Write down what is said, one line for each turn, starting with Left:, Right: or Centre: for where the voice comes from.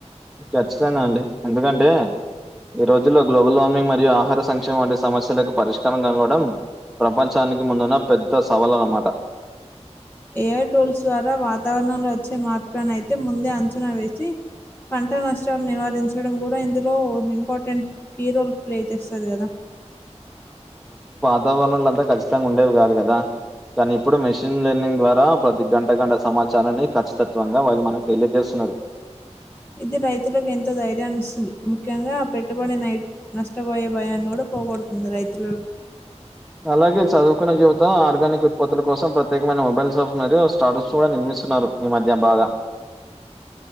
Centre: ఖచ్చితంగా అండి ఎందుకంటే ఈ రోజుల్లో గ్లోబల్ వార్మింగ్ మరియు ఆహార సంక్షేమ వంటి సమస్యలకు పరిష్కారం కానివడం ప్రపంచానికి ముందున్న పెద్ద సవాలున్నమాట
Left: ఏఐ టూల్స్ ద్వారా వాతావరణంలో వచ్చే మార్పులలను అయితే ముందే అంచనా వేసి పంట నష్టాలు నివారించడం కూడా ఇందులో ఇంపార్టెంట్ కీ రోల్ ప్లే చేస్తుంది కదా
Centre: వాతావరణాలు అంతా ఖచ్చితంగా ఉండేవి కాదు కదా కానీ ఇప్పుడు మెషన్ లెర్నింగ్ ద్వారా ప్రతి గంట గంట సమాచారాన్ని ఖచ్చితత్వంగా వాళ్ళు మనకి తెలియజేస్తున్నారు
Left: ఇది రైతులకు ఎంతో ధైర్యాన్ని ఇస్తుంది ముఖ్యంగా ఆ పెట్టుబడి న నష్టపోయే భయాన్ని కూడా పోగోడుతుంది రైతులు
Centre: అలాగే చదువుకున్న జీవితం ఆర్గానిక్ ఉత్పత్తుల కోసం ప్రత్యేకమైన మొబైల్స్న్నారు స్టార్టప్స్ కూడా నిర్ స్తున్నారు ఈ మధ్య బాగా